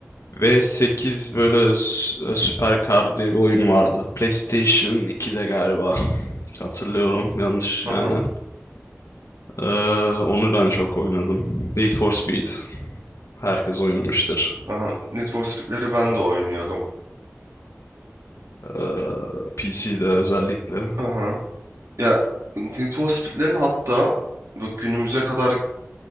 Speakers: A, on the left; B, on the right.
A: v sekiz böyle s- Süper Car diye bir oyun vardı. PlayStation 2'de galiba. Hatırlıyorum yanlış
B: Aha.
A: aynen. Ee, onu ben çok oynadım. Need for Speed. Herkes oynamıştır.
B: Aha. Need for Speed'leri ben de oynuyordum.
A: Ee, PC'de özellikle.
B: Aha. Ya Need for Speed'lerin hatta bu günümüze kadar